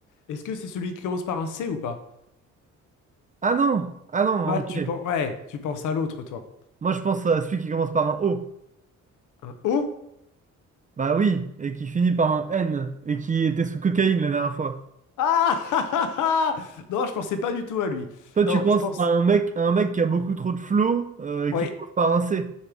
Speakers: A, on the left; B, on the right.
A: Est-ce que c'est celui qui commence par un C ou pas?
B: Ah non! Ah non,
A: Ah,
B: ok.
A: tu penses, ouais, tu penses à l'autre, toi.
B: Moi, je pense à celui qui commence par un O.
A: Un O?
B: Bah oui, et qui finit par un N, et qui était sous cocaïne la dernière fois.
A: Ah! <laughs> Non, je pensais pas du tout à lui.
B: Toi,
A: Non,
B: tu penses
A: je pense.
B: à un mec, à un mec qui a beaucoup trop de flow, euh,
A: Oui.
B: qui commence par un C.